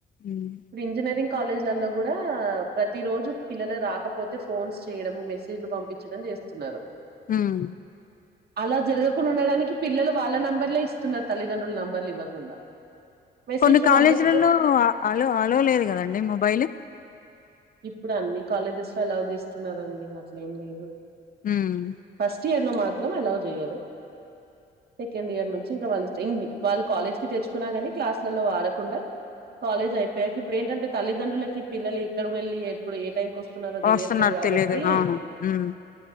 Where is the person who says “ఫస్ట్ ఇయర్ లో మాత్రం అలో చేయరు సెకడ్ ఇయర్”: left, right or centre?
Right